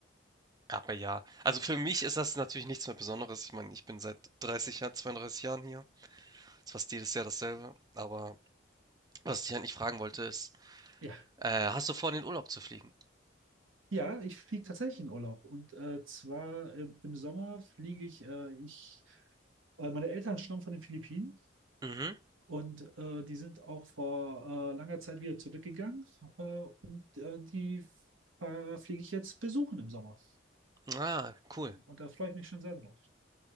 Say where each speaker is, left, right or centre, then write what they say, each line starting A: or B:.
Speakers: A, on the right; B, on the right.
A: Aber ja, also für mich ist das natürlich nichts mehr Besonderes. Ich meine, ich bin seit 30 Jahren, 32 Jahren hier. Ist fast jedes Jahr dasselbe. Aber was ich eigentlich fragen wollte ist,
B: Ja,
A: äh, hast du vor, in den Urlaub zu fliegen?
B: ja, ich fliege tatsächlich in Urlaub. Und äh, zwar im, im Sommer fliege ich, äh, ich, äh, meine Eltern stammen von den Philippinen.
A: Mhm.
B: Und äh, die sind auch vor äh, langer Zeit wieder zurückgegangen äh, und äh, die äh, fliege ich jetzt besuchen im Sommer.
A: Ah, cool.
B: Und da freue ich mich schon sehr drauf,